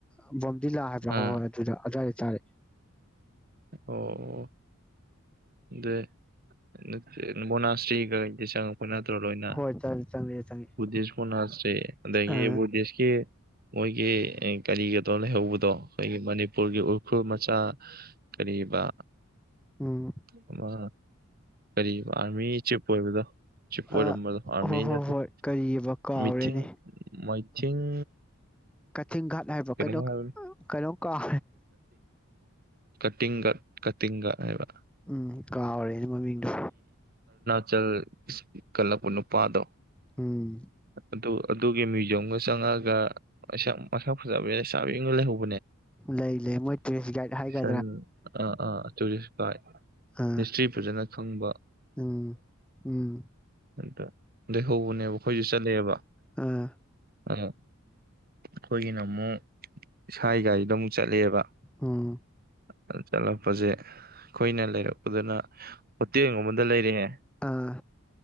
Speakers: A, in the centre; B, on the right.
A: <unintelligible> ꯑꯗꯨꯂ ꯍꯥꯏ
B: ꯑꯥ
A: ꯍꯣꯏ ꯍꯣꯏ ꯑꯗꯨꯂ ꯆꯥꯔꯦ
B: ꯑꯣ ꯑꯗꯨꯏ ꯅꯠꯇꯦ ꯃꯣꯅꯥꯁꯇ꯭ꯔꯤꯈꯩꯗꯤ ꯆꯪꯉꯛꯄ ꯅꯠꯇ꯭ꯔꯣ ꯂꯣꯏꯅ
A: ꯍꯣꯏ ꯆꯪꯉꯦ ꯆꯪꯉꯦ
B: ꯕꯨꯙꯤꯁ ꯃꯣꯅꯥꯁꯇ꯭ꯔꯤ ꯑꯗꯒꯤ
A: ꯑ
B: ꯕꯨꯙꯤꯁꯀꯤ ꯃꯣꯏꯒꯤ ꯀꯔꯤꯒꯤꯗꯣ ꯂꯩꯍꯧꯕꯗꯣ ꯑꯩꯈꯣꯏꯒꯤ ꯃꯅꯤꯄꯨꯔꯒꯤ ꯎꯈ꯭ꯔꯨꯜ ꯃꯆꯥ ꯀꯔꯤꯕ
A: ꯎꯝ
B: ꯑꯃ ꯀꯔꯤ ꯑꯥꯔꯃꯤ ꯆꯤꯞ ꯑꯣꯏꯕꯗꯣ ꯆꯤꯞ
A: ꯑ
B: ꯑꯣꯏꯔꯝꯕꯗꯣ ꯑꯥꯔꯃꯤ
A: ꯍꯣꯏ ꯍꯣꯏ
B: ꯅꯠꯇꯦ
A: ꯍꯣꯏ ꯀꯔꯤꯑꯕ ꯀꯥꯎꯔꯦꯅꯦ
B: ꯃꯤꯊꯤꯡ ꯃꯥꯏꯊꯤꯡ
A: ꯆꯤꯡꯒꯥꯥꯠ ꯍꯥꯏꯕ
B: ꯀꯩꯅꯣꯝ
A: ꯀꯩꯅꯣ
B: ꯍꯥꯏꯕꯅꯤ
A: ꯀꯩꯅꯣꯝ ꯀꯥꯎ
B: ꯀꯥꯇꯤꯡꯒꯥꯠ ꯀꯥꯇꯤꯡꯒꯥꯠ ꯍꯥꯏꯕ
A: ꯎꯝ ꯀꯥꯎꯔꯦꯅꯦ ꯃꯃꯤꯡꯗꯨ
B: ꯆꯜ ꯀꯜꯂꯛꯄꯥ ꯅꯨꯄꯥꯗꯣ
A: ꯎꯝ
B: ꯑꯗꯨ ꯑꯗꯨꯒꯤ ꯃ꯭ꯌꯨꯖꯤꯌꯝꯒꯥ ꯆꯪꯉꯥꯒ ꯀꯩꯁꯨꯌꯥꯝ ꯃꯥꯁꯛ ꯐꯖꯥꯕꯤ ꯂꯩꯁꯥꯕꯤ ꯑꯃꯥꯒ ꯂꯩꯍꯧꯕ
A: ꯂꯩ ꯂꯩ ꯃꯣꯏ ꯇꯨꯔꯤ꯭ꯁ ꯒꯥꯏꯗ ꯍꯥꯏꯒ
B: ꯎꯝ ꯑꯥ ꯑꯥ ꯇꯨꯔꯤꯁ ꯒꯥꯏꯗ
A: ꯑꯥ
B: ꯍꯤꯁꯇ꯭ꯔꯤ ꯐꯖꯅ ꯈꯪꯕ
A: ꯎꯝ ꯎꯝ
B: ꯑꯗꯥ ꯂꯩꯍꯧꯎꯕꯅꯦꯕ ꯑꯈꯣꯢꯁꯨ ꯆꯠꯂꯦꯕ
A: ꯑꯥ
B: ꯑ ꯑꯩꯈꯣꯏꯒꯤꯅ ꯑꯃꯨꯛ ꯏꯁꯥꯒꯤ ꯒꯥꯔꯤꯗ ꯑꯃꯨꯛ ꯆꯠꯂꯦꯕ
A: ꯎꯝ
B: ꯑꯗꯥ ꯆꯠꯂꯛꯄꯁꯦ ꯑꯩꯈꯣꯏꯅ ꯂꯩꯔꯛꯄꯗꯅ ꯍꯣꯇꯦꯜ ꯑꯃꯗ ꯂꯩꯔꯛꯑꯦ
A: ꯑꯥ